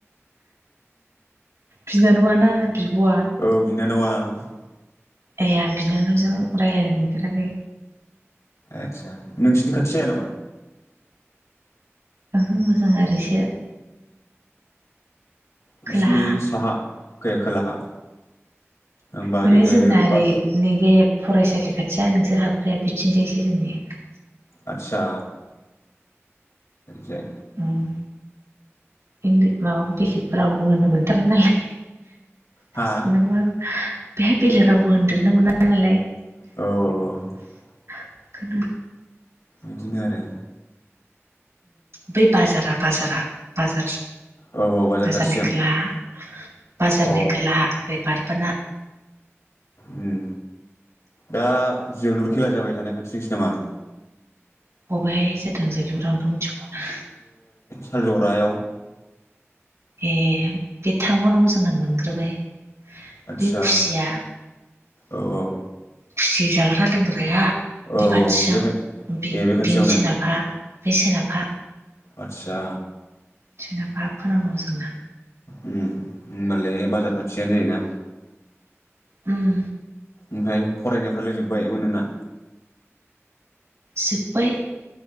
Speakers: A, on the right; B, on the left.
A: बिनानावाना बिब'आ
B: औ बिनानावा। <inaudible>
A: ए आं बिनानावजों रायलायनो मोनफेराखै।
B: आदसा नोंसिनि खाथि जाया नामा?
A: ओहो जोंना ओरैसो।
B: बिसिनि
A: खोलाहा
B: साहा गैया खोलाहा ओमबा
A: माने
B: ओरैजाय
A: जोंना ओरै
B: बा
A: नैबे फरायसालि खाथिया नोंसोर हाबग्राया बिथिंजायसो जोंनिया।
B: आतच्चा जाय
A: उम ओन्दै माबा बेलेग रावफोर होनो मोनथारा नालाय।
B: हा
A: सिलं अ बेहाय बेलेर रावबो होनदेरनो मोना नालाय।
B: औऔ
A: <unintelligible> एखौनो
B: बिदिनो आरो
A: बै बाजारा बाजारा बाजार
B: औ औ बाजार
A: बाजारनि
B: खाथिजों
A: खोला बाजारनि
B: अ
A: खोलाहा एबार <inaudible>
B: उम दा जोलुर खेला जाबाय थानाय खाथिजोंसो नामा?
A: बबेहाय जादों जोलुरा। <unintelligible> उम मिथिगौना?
B: <unintelligible> थाइखा जरायाव।
A: ए बे थांबावनांगौ जोंना मोनग्रोबाय।
B: आतसा
A: बे खुसिया
B: औ औ।
A: खुसि जाग्रा लोंग्राया।
B: औ
A: बे खाथिजों
B: औ बे खा
A: बि
B: ए बे खाथियावनो
A: बिनि सोनाबहा। बै सोनाबहा।
B: आतसा
A: सोनाबहा हाबबोनांगौ जोंना।
B: उम होमबालाय बाजार खाथियानो जायोना?
A: उम
B: ओमफ्राय फरायनायफ्रालाय जोब्बायमोन नोंना?
A: जोब्बाय।